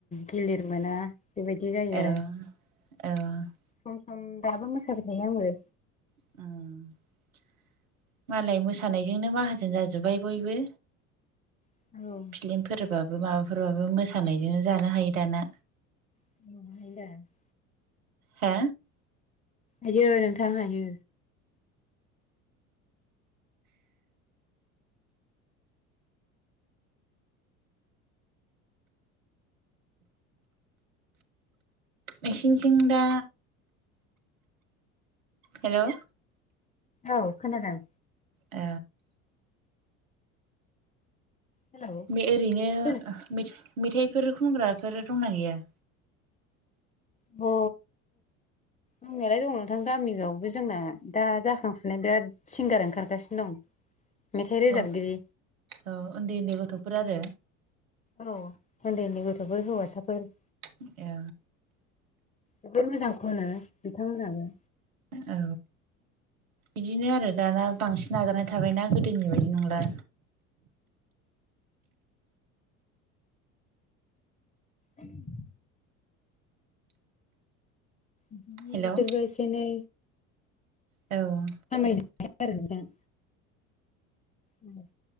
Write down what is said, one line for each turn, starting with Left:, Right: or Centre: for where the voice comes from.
Left: गिलिर मोना बेबायदि जायो।
Right: औ
Left: आरो
Right: औ
Left: सम सम दाबो मोसाबाय थायो आंबो।
Right: <unintelligible> मालाय मोसानायजोंनो माहाजोन जाजोब्बाय बयबो।
Left: औ
Right: फ्लिमफोरबाबो माबाफोरबाबो मोसानायजों जानो हायो दाना।
Left: <unintelligible>
Right: हो
Left: हायो नोंथां हायो।
Right: नोंसिनिथिं दा हेलौ।
Left: औ खोनादों।
Right: ओ
Left: हेलौ
Right: बे ओरैनो
Left: खोना
Right: मेथाइफोर खनग्राफोर दंना गैया?
Left: अ जंनायालाय दङ नोंथां गामियावबो जोंना दा जाखांफुनाय बिराद सिंगार ओंखारगासिनो दं। मेथाइ रोजाबगिरि।
Right: औ औ उन्दै उन्दै गथ'फोर आरो
Left: औ उन्दै उन्दै गथ'फोर हौवासाफोर।
Right: ए
Left: जोबोर मोजां खनो बिथांमोनहाबो।
Right: औ बिदिनो आरो दाना बांसिन नाजानाय थाबायना गोदोनि बायदि नंला।
Left: उम बिदिनो
Right: हेल'
Left: बिसोरबो
Right: औ
Left: एसे एनै
Right: औ
Left: खामायनो हाबाय आरो नोंथां। उम